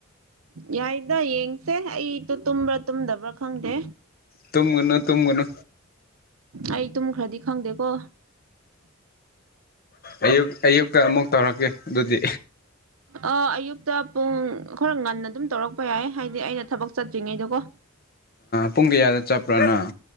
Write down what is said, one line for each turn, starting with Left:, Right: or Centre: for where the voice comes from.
Right: ꯌꯥꯏꯗ ꯌꯦꯡꯁꯦ ꯑꯩꯗꯣ ꯇꯨꯝꯕ꯭ꯔꯥ ꯇꯨꯝꯗꯕ꯭ꯔꯥ ꯈꯪꯗꯦ
Left: ꯇꯨꯡꯒꯅꯨ ꯇꯨꯡꯒꯅꯨ
Right: ꯑꯩ ꯇꯨꯝꯈ꯭ꯔꯗꯤ ꯈꯪꯗꯦꯀꯣ
Left: ꯑꯌꯨ ꯑꯌꯨꯛꯇ ꯑꯃꯨꯛ ꯇꯧꯔꯛꯀꯦ ꯑꯗꯨꯗꯤ
Right: ꯑꯥ ꯑꯌꯨꯛꯇ ꯄꯨꯡ ꯈꯔ ꯉꯟꯅ ꯑꯗꯨꯝ ꯇꯧꯔꯛꯄ ꯌꯥꯏ ꯍꯥꯏꯗꯤ ꯑꯩꯅ ꯊꯕꯛ ꯆꯠꯇ꯭ꯔꯤꯉꯩꯗꯀꯣ
Left: ꯄꯨꯡ ꯀꯌꯥꯗ ꯆꯠꯄ꯭ꯔꯥ ꯅꯪ